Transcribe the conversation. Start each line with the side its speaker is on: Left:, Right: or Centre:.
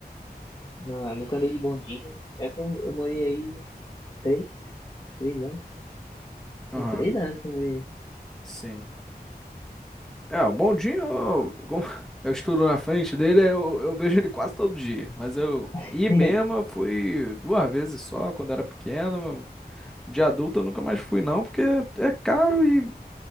Left: na- nunca andei de bondinho. É que eu, eu morei aí três, Três anos?
Centre: aham,
Left: São três anos que eu morei aí.
Centre: sim. É, o bondinho, eu- como <laughs> eu estudo na frente dele, eu, eu vejo ele quase todo dia. Mas eu
Left: <laughs>
Centre: ir mesmo, eu fui duas vezes só, quando era pequeno. De adulto eu nunca mais fui, não, porque é caro e,